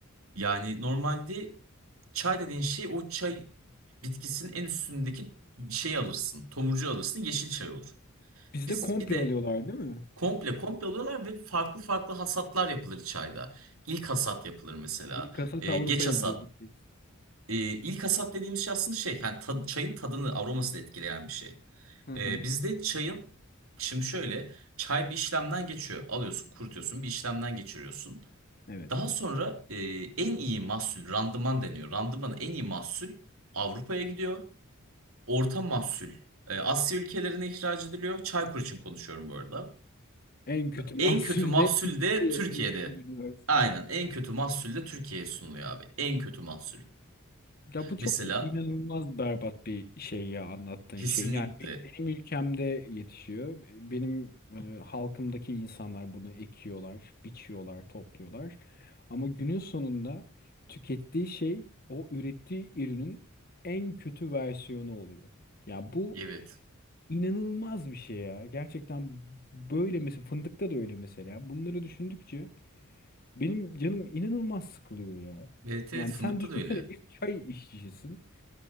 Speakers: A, on the right; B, on the left.
A: yani normalde çay dediğin şey o çay bitkisinin en üstündeki şeyi alırsın. Tomurcu alırsın yeşil çay olur.
B: Bizde
A: Biz
B: komple
A: bir de
B: alıyorlar değil mi?
A: komple komple alıyorlar ve farklı farklı hasatlar yapılır çayda. İlk hasat yapılır mesela.
B: İlk hasat
A: Ee,
B: Avrupa'ya
A: geç hasat.
B: gidiyorduk biz.
A: Ee, ilk hasat dediğimiz şey aslında şey yani tad- çayın tadını aromasını etkileyen bir şey.
B: Hı
A: Ee,
B: hı.
A: bizde çayın şimdi şöyle çay bir işlemden geçiyor. Alıyorsun kurutuyorsun bir işlemden geçiriyorsun.
B: Evet.
A: Daha sonra e, en iyi mahsul randıman deniyor. Randımanın en iyi mahsul Avrupa'ya gidiyor. Orta mahsul e, Asya ülkelerine ihraç ediliyor. Çaykur için konuşuyorum bu arada.
B: En kötü mahsul
A: E, en kötü mahsul
B: de iç
A: de
B: piyasaya
A: Türkiye'de.
B: sürülüyor.
A: Aynen en kötü mahsul de Türkiye'ye sunuluyor abi. En kötü mahsul.
B: Ya bu çok
A: Mesela
B: inanılmaz berbat bir şey ya anlattığın
A: kesinlikle
B: şey. Yani be- benim ülkemde yetişiyor. Benim e, halkımdaki insanlar bunu ekiyorlar, biçiyorlar, topluyorlar. Ama günün sonunda tükettiği şey o ürettiği ürünün en kötü versiyonu oluyor. Ya bu
A: evet.
B: inanılmaz bir şey ya. Gerçekten böyle mesela fındıkta da öyle mesela. Bunları düşündükçe benim canım inanılmaz sıkılıyor ya.
A: Evet evet
B: Yani
A: fındıkta
B: sen düşünsene
A: da öyle.
B: bir çay işçisisin.